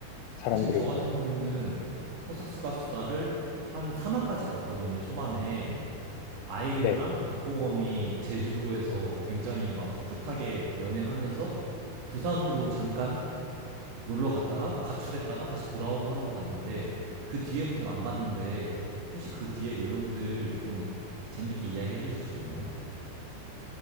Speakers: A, on the left; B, on the right.
A: 사람들의
B: 사실 저 같은
A: 이야기.
B: 경우는 폭삭수가 수다를 한 3화까지 봤거든요. 초반에 아이유랑
A: 네.
B: 박보검이 제주도에서 굉장히 막 풋풋하게 연애하면서 부산으로 잠깐 놀러 갔다가 가출했다가 다시 돌아오고 하는 걸 봤는데 그 뒤에부터는 안 봤는데 혹시 그 뒤에 내용들 좀 재밌게 이야기해 주실 수 있나요?